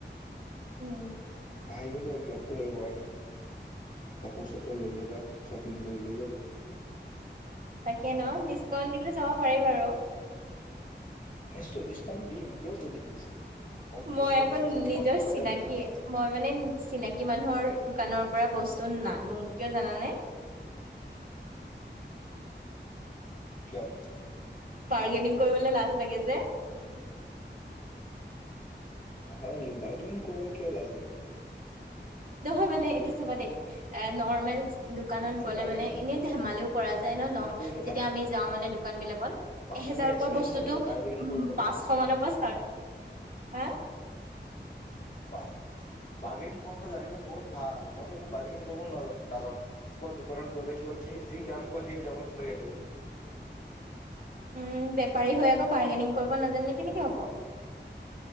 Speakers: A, on the right (about 50°); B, on the left (about 45°).
A: উম
B: আহিবি। নকৰি নাই <unintelligible> কাপোৰ চাপোৰ লৈ যাবা, শ্বপিং কৰি লৈ যাবা।
A: তাকে ন, ডিচকাউন্ট দিলে যাব পাৰি বাৰু।
B: নিশ্চয় ডিছকাউণ্ট দিম, কিয় নিদিম? ডিছকাউণ্ট মইতো
A: মই
B: ডিছকাউণ্ট
A: আকৌ
B: দি থাকো
A: নিজৰ
B: মানুহক
A: চিনাকি,
B: সদায় দি থাকো
A: মই মানে চিনাকি কি মানুহৰ দোকানৰ পৰা বস্তু নানো, কিয় জানানে?
B: কিয়?
A: বাৰ্গেনিং কৰিবলৈ লাজ লাগে। যে
B: হয় নেকি? বাৰগেনিং কৰিব কিয় লাজ লাগে?
A: নহয় মানে এইটো চাবা দেই, এ নৰ্মেল দোকানত গ'লে
B: বাৰ্গেনিং
A: মানে এনেই ধেমালিও কৰা যায় ন ন,
B: কৰিলেহে
A: যেতিয়া আমি যাওঁ মানে দোকান বিলাকত,
B: মানুহৰ
A: এহেজাৰ
B: এক্সপিৰিয়েঞ্চ
A: কোৱা বস্তুটো
B: হ'ব লাগে বাৰ্গেনিং কৰিব কাৰণে
A: পাঁচশ মানৰ পৰা ষ্টাৰ্ট। হা?
B: বাৰ্গেনিং কৰিব জানিলে বহুত ভাল। মইতো একো বাৰ্গেনিং কৰিব নাজানো। মই দোকানত গলে যি দাম কয় সেই দামত লৈ আহোঁ।
A: উম, বেপাৰী হৈ আকৌ বাৰ্গেনিং কৰিব নাজানিলে কেনেকে হ'ব?